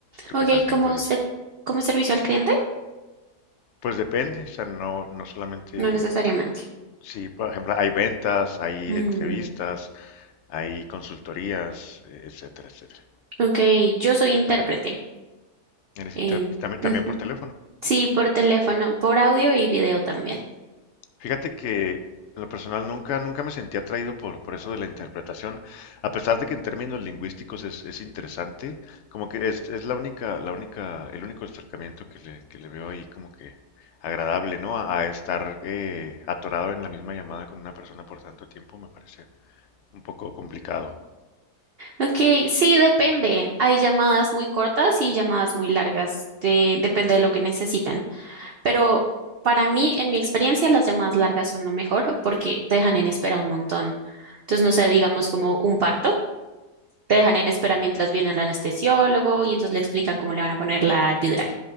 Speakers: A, on the left (about 75°); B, on the right (about 60°).
A: ¿Tú
B: Ok,
A: qué tal? ¿Qué
B: ¿como
A: me puedes decir?
B: ser, como servicio al cliente?
A: Pues depende, o sea, no, no solamente,
B: No necesariamente.
A: sí, por ejemplo, hay ventas, hay
B: Mm,
A: entrevistas, hay consultorías, eh, etcétera, etcétera.
B: ok, yo soy intérprete.
A: Eres
B: em,
A: intérprete, también, también
B: ujú.
A: por teléfono.
B: Sí, por teléfono, por audio y video también.
A: Fíjate que en lo personal nunca, nunca me sentí atraído por, por eso de la interpretación, a pesar de que en términos lingüísticos es, es interesante, como que es, es la única, la única, el único acercamiento que le, que le veo ahí como que agradable, ¿no? A, a estar eh, atorado en la misma llamada con una persona por tanto tiempo me parece un poco complicado.
B: Ok, sí, depende. Hay llamadas muy cortas y llamadas muy largas. de- depende de lo que necesitan. Pero para mí, en mi experiencia, las llamadas largas son lo mejor porque te dejan en espera un montón. Entonces, no sé, digamos como un parto, te dejan en espera mientras viene el anestesiólogo y entonces le explican cómo le van a poner la epidural.